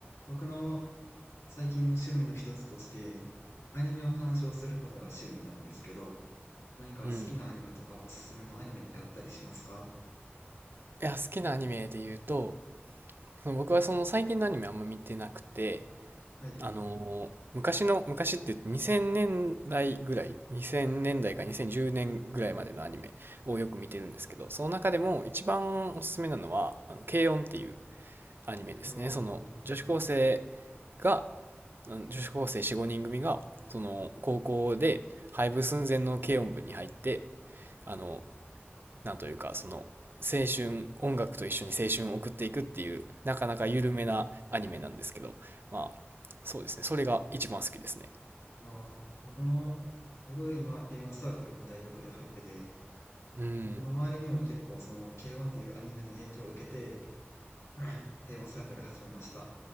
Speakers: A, on the left; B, on the right.
A: 僕の最近の趣味の一つとして、アニメを鑑賞することが趣味なんですけど、何か好きなアニメとかおすすめのアニメってあったりしますか
B: うん。いや、好きなアニメで言うと、その僕はその最近のアニメあんま見てなくて、
A: はい。
B: あのー昔の、昔って言って2000年代ぐらい、2000年代か2010年ぐらいまでのアニメをよく見てるんですけど、その中でも一番おすすめなのは、あの、軽音っていうアニメですね。
A: ああ、
B: その女子高生が、あの女子高生4、5人組が、その高校で廃部寸前の軽音部に入って、あの、なんというか、その、青春、音楽と一緒に青春を送っていくっていう、なかなか緩めなアニメなんですけど、
A: うん。
B: まあ、そうですね。それが一番好きですね。
A: ああ、僕の、僕今、軽音サークルみたい学で入ってて、
B: うん。
A: 僕の周りにも結構その、軽音っていうアニメの影響を受けて、<laughs> <clears throat> 軽音サークル始めましたっ